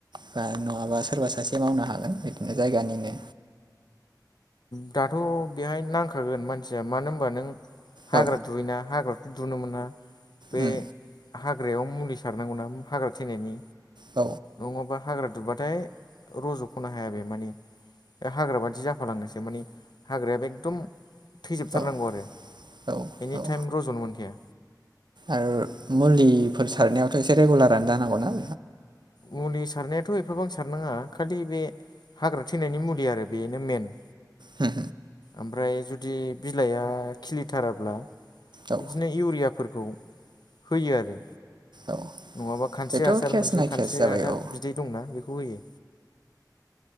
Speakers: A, on the right (about 80°); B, on the left (about 70°).
A: बा नङाबा सोरबा सासे मावनो हागोन बिदिनो जायगानिनो
B: दाथ' बेहाय नांखागोन मानसिया मानो होनबा नों हाग्रा
A: औ
B: दुयोना हाग्रा दुनो मोना बे
A: उम
B: हाग्रायाव मुलि सारनांगौना हाग्रा थैनायनि
A: औ
B: नङाबा हाग्रा दुबबाथाय रज' ख'नो हाया बे माने बे हाग्रा बादि जाफालांगोनसो माने हाग्रायाबो एकदम थैजोबथारनांगौ
A: औ
B: आरो
A: औ
B: एनिटाइम
A: औ
B: रज'नो मोनखाया
A: आरो मुलिफोर सारनायावथ' एसे रेगुलारानो जानांगौना
B: मुलि सारनायाथ' एफाबां सारनाङा खालि बे हाग्रा थैनायनि मुलि आरो बेनो मेन
A: हो
B: ओमफ्राय जुदि बिलाइआ खिलिथाराब्ला
A: औ
B: बिदिनो इउरियाफोर खौ होयो आरो
A: औ
B: नङाबा खानस्रि
A: बेथ'
B: हासार
A: केस
B: मोनसे
A: ना केस
B: खानस्रि
A: जाबाय
B: हासार
A: औ
B: बिदै दंना बेखौ होयो